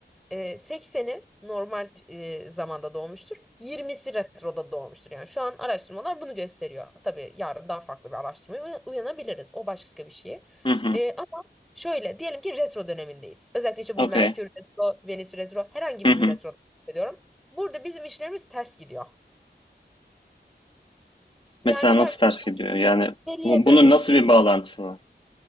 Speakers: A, in the centre; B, on the left (about 30°).
A: e, 80'i normal e, zamanda doğmuştur. 20'si retroda doğmuştur. Yani şu an araştırmalar bunu gösteriyor. Tabii yarın daha farklı bir araştırmaya uya- uyanabiliriz. O başka bir şey.
B: Hı hı.
A: E, ama şöyle diyelim ki retro dönemindeyiz. Özellikle işte bu
B: Okey.
A: Merkür retro, Venüs retro herhangi
B: Hı
A: bir
B: hı.
A: bir retro diyorum. Burada bizim işlerimiz ters gidiyor. Yani
B: Mesela
A: gerçekten
B: nasıl ters gidiyor? Yani
A: geriye
B: bu- bunun
A: dönüş.
B: nasıl bir bağlantısı var?